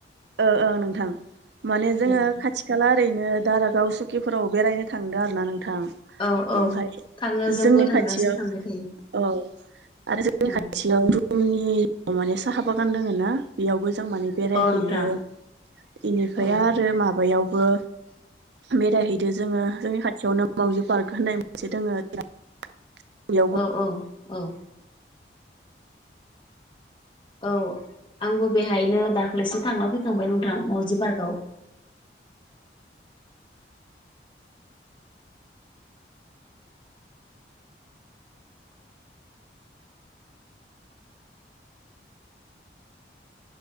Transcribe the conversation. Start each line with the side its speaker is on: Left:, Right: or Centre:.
Right: ओ औ नोंथां माने जोंङो
Left: औ
Right: खाथि खाथि खाला ओरैनो दारागाव सुकिफोराव बेरायनो थांदों आरोना नोंथां
Left: औ औ
Right: ओमफ्राय
Left: थाङो जोंबो
Right: जोंनि खाथियाव
Left: थांगासिनो थांबाय थायो
Right: औ। आरो जोंनि
Left: औ
Right: खाथियाव धुमनि माने साहा बागान दोङो ना बेयावबो जों माने। बेरायहैयो
Left: औ नोंथां
Right: बेनिफ्राय
Left: औ
Right: आरो माबायावबो। बेरायहैदो जोंङो जोंनि खाथियावनो मावजि पार्क होननाय मोनसे दोंङो। <inaudible>
Left: औ औ औ। औ आंबो बेहायनो दाख्लैसो थांना फैखांबाय नोंथां माउजि पार्कआव।